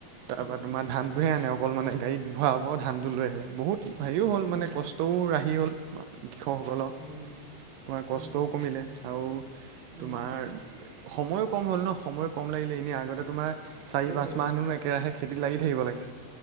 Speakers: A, on the right; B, on the right.
A: তাৰপৰা
B: উম
A: তোমাৰ ধান। ধানটোহে আনে অকল মানে গাড়ীত ভৰাব ধানটো লৈ আহে বহুত হেৰিও হ'ল
B: উম
A: মানে কষ্টও ৰাহি। হি হ'ল কৃষকসকলৰ তোমাৰ
B: উম উম
A: কষ্টও কমিলে আৰু।
B: উম
A: তোমাৰ সময়ো কম হ'ল নহ সময় কম লাগিলে এনেই আগতে তোমাৰ। চাৰি
B: সেইটোৱে
A: পাঁচ
B: অ
A: মাহ একেৰাহে খেতিত লাগি থাকিব লাগে